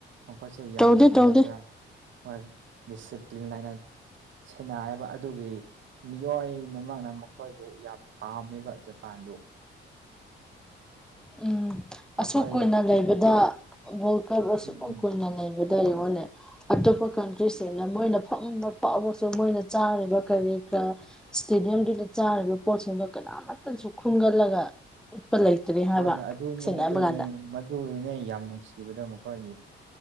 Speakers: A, on the right (about 70°); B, in the centre.
A: ꯃꯈꯣꯏꯁꯦ ꯌꯥꯝꯅ
B: ꯇꯧꯗꯦ
A: ꯀꯩ
B: ꯇꯧꯗꯦ
A: ꯍꯥꯏꯁꯤꯔꯦ ꯃꯣꯏ ꯗꯤꯁꯤꯄ꯭ꯂꯤꯟ ꯂꯩꯅꯥ ꯁꯦꯅꯥ ꯍꯥꯏꯕ ꯑꯗꯨꯒꯤ ꯃꯤꯑꯣꯏꯅꯃꯛꯅ ꯃꯈꯣꯏꯕꯨ ꯌꯥꯝ ꯄꯥꯝꯃꯦꯕ ꯆꯥ ꯖꯄꯥꯟꯗꯣ
B: ꯎꯝ
A: ꯃꯈꯣꯏ
B: ꯑꯁꯨꯛ ꯀꯨꯏꯅ ꯂꯩꯕꯗ ꯋꯥꯜꯀꯞ ꯑꯁꯨꯛ
A: ꯎꯝ
B: ꯀꯨꯏꯅ ꯂꯩꯕꯗ ꯗꯩꯅꯦ <unintelligible> ꯑꯇꯣꯞꯄ ꯀꯟꯇ꯭ꯔꯤꯁꯤꯡꯅ ꯃꯣꯏꯅ ꯐꯪꯕ ꯐꯥꯎꯕꯁꯨ ꯃꯣꯏꯅ ꯆꯥꯔꯤꯕ ꯀꯔꯤ ꯀꯔꯥ ꯏꯁꯇꯦꯗꯤꯌꯝꯗꯨꯗ ꯆꯥꯔꯤꯕ ꯄꯣꯠꯁꯤꯡꯗꯣ ꯀꯅꯥꯃꯇꯁꯨ ꯈꯨꯝꯒꯠꯂꯒ ꯎꯠꯄ ꯂꯩꯇ꯭ꯔꯤ ꯍꯥꯏꯕ
A: ꯍꯣꯏ ꯑꯗꯨꯅꯦ
B: ꯁꯦꯡꯅ
A: ꯑꯗꯨꯒꯅꯦ
B: ꯍꯥꯏꯕ ꯀꯥꯟꯗ
A: ꯃꯗꯨꯒꯤꯅꯦ ꯌꯥꯝ ꯅꯨꯡꯁꯤꯕꯗꯣ ꯃꯈꯣꯏꯒꯤ